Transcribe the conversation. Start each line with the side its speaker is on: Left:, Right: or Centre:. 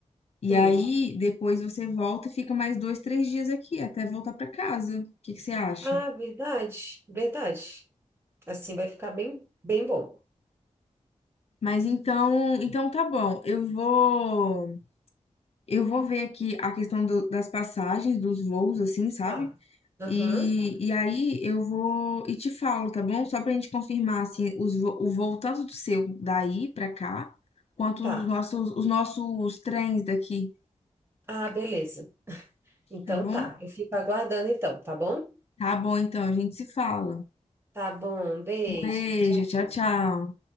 Left: E
Right: Sim.
Left: aí, depois você volta e fica mais dois, três dias aqui, até voltar para casa. O que que você acha?
Right: Ah, verdade, verdade. Assim vai ficar bem, bem bom.
Left: Mas então, então tá bom. Eu vou, eu vou ver aqui a questão do- das passagens, dos voos, assim, sabe?
Right: Tá. Aham,
Left: E, e aí eu vou e te falo, tá bom? Só pra gente confirmar assim os, vo- o voo tanto do seu daí pra cá, quanto
Right: tá.
Left: os nossos os nossos trens daqui,
Right: Ah, beleza. Então
Left: tá bom?
Right: tá, eu fico aguardando então, tá bom?
Left: Tá bom, então a gente se fala.
Right: Tá bom, beijo,
Left: Um beijo,
Right: tchau.
Left: tchau, tchau.